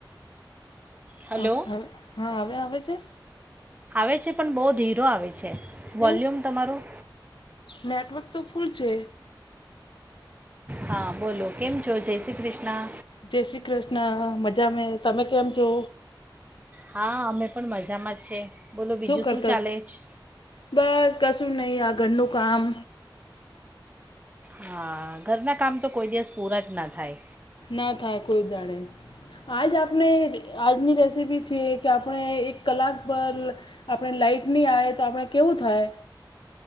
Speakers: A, on the right; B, on the left.
A: હલો
B: હવે હા હવે આવે છે?
A: આવે છે પણ બહુ ધીરો આવે છે વોલ્યુમ
B: એવું
A: તમારું
B: નેટવર્ક તો ફૂલ છે.
A: હા બોલો કેમ છો? જય શ્રી કૃષ્ણ.
B: જય શ્રી કૃષ્ણ મજા મે તમે કેમ છો?
A: હા અમે પણ મજામાં જ છે. બોલો બીજું
B: શું કરતા?
A: ચાલે છે
B: બસ કશું નહી આ ઘરનું કામ.
A: હા ઘરના કામ તો કોઈ દિવસ પૂરા જ ના થાય.
B: ના થાય કોઈ દાડે. આજ આપણે આજની રેસીપી છેએ કે આપણે એક કલાક પર આપણે લાઈટ નહી આવે તો આપણે કેવું થાય?